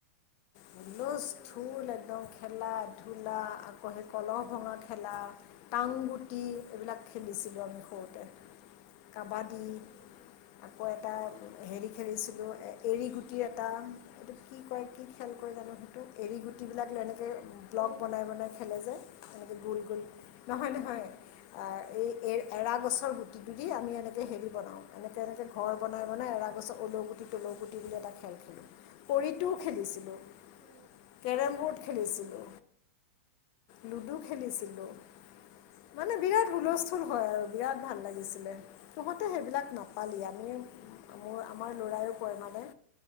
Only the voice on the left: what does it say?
ধুলজ
ধল একদম খেলা ধূলা আকৌ সেই কলহ ভঙা খেলা। টংগুটি এইবিলাক খেলিছিলোঁ আমি সৰুতে। কাবাডী
আকৌ এটা হেৰি খেলিছিলোঁ এৰি গুটি এটা এইটো কি কয় কি খেল কৰেয় জানো সেইটো এৰী গুটিবিলাক এনেকৈ ব্লগ
বনাই বনাই খেলে যে তেনেকৈ গোল গোল নহয় নহয়
এই এ এৰা গছৰ গুটিটোুলি আমি এনেকৈ হেৰি বনাওঁ এনেকৈ এনেকৈ ঘৰ বনাই বনাই এৰা গছৰ 'লৌ গুটি তৰ গুটি বুলি এটা খেল খেলোঁ কৰিটো খেলিছিলো
কেৰ্ খেলিছিলো
লুডু খেলিছিলোঁ।
মানে বিৰাট হুলস্থুল হয় আৰু বিৰাট ভাল লাগিছিলে তহঁতে সেইবিলাক নাপাল ইয়াত।
মোৰ আমাৰ ল'ৰা কমানে,